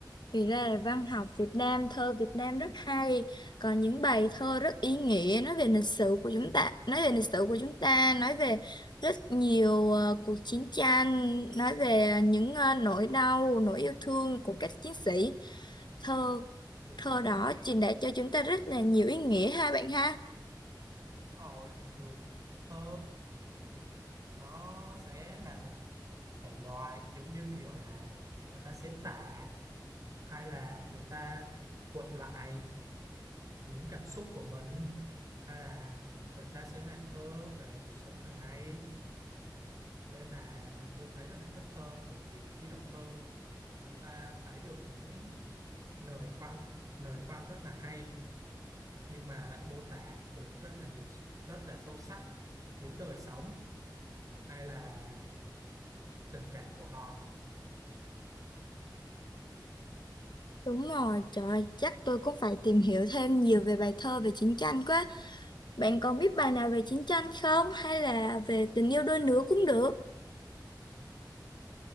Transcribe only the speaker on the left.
Thì ra là văn học Việt Nam, thơ Việt Nam rất hay, còn những bài thơ rất ý nghĩa nói về lịch sử của chúng ta, nói về lịch sử của chúng ta, nói về rất nhiều ờ, cuộc chiến tranh, nói về những ờ, nỗi đau, nỗi yêu thương của các chiến sĩ. Thơ
thơ đó truyền đạt cho chúng ta rất là nhiều ý nghĩa ha bạn ha.
Đúng rồi, trời ơi, chắc tôi cũng phải tìm hiểu thêm nhiều về bài thơ về chiến tranh quá. Bạn còn biết bài nào về chiến tranh không? Hay là về tình yêu đôi lứa cũng được.